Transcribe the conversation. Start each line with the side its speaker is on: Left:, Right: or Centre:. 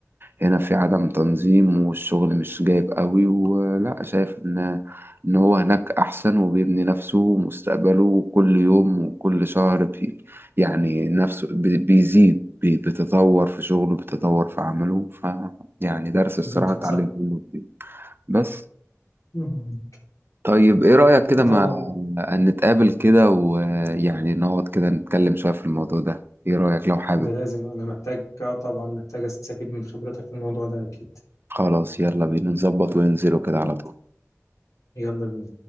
Right: هنا في عدم تنظيم والشغل مش جايب قوي ولأ شايف إن إن هو هناك أحسن وبيبني نفسه ومستقبله كل يوم وكل شهر بي يعني نفسه بي- بيزيد بي- بيتطور في شغله بيتطور في عمله فيعني درس الصراحة
Left: فهمتك
Right: اتعلمته
Left: صح
Right: منه كتير. بس
Left: مم.
Right: طيب ايه رأيك
Left: التطور
Right: كده ما أن نتقابل كده ويعني نقعد كده نتكلم شوية في الموضوع ده ايه رأيك لو حابب
Left: ده لازم أنا محتاج آه طبعا محتاج أستفيد من خبرتك في الموضوع ده أكيد
Right: خلاص يلا بينا نظبط وننزله كده
Left: مم.
Right: على طول
Left: يلا بينا